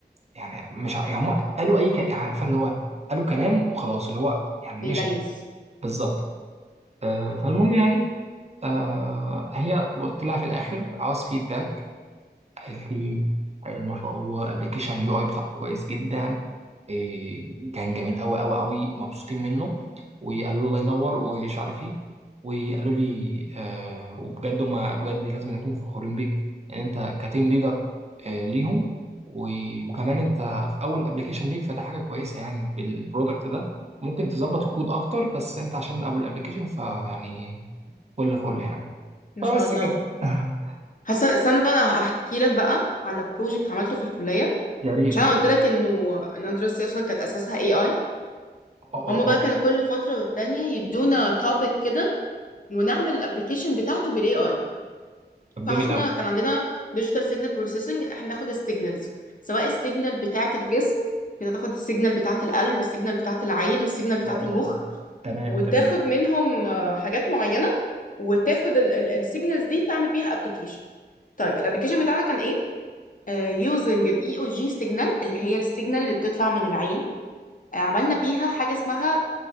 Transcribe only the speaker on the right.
يعني مش ع- يعني هم قالوا اي ك... عارفه اللي هو قالوا كلام وخلاص اللي هو يعني
مشى
بالظبط آه، فالمهم يعني آه، هي قلت لها في الاخر عاوز فيدباك قال لي أيوة ما شاء الله الابلكيشن اليو اي بتاعه كويس جدا إيه، كان جميل قوي قوي قوي مبسوطين منه وقالوا لي الله ينور ومش عارف ايه وقالوا لي آه وبجد ما بجد لازم نكون فخورين بيك ان انت كتيم ليدر آه ليهم و- وكمان انت في اول ابلكيشن ليك فده حاجه كويسه يعني بالبرودكت ده ممكن تظبط الكود اكتر بس انت عشان اول ابلكيشن فيعني فل فل يعني
فبس
كده <laughs>
يا ريت
يا
ريت
اه اه
آه.
طب
جميل قوي
اه
اه اه تمام
تمام